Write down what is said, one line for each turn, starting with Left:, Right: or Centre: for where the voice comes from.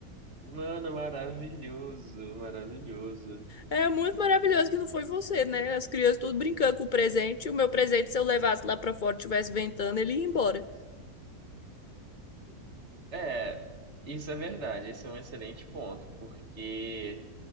Right: Mano, maravilhoso, maravilhoso.
Left: É muito maravilhoso que não foi você, né? As crianças tudo brincando com o presente. O meu presente, se eu levasse lá pra fora e tivesse ventando, ele ia embora.
Right: É, isso é verdade. Esse é um excelente ponto, porque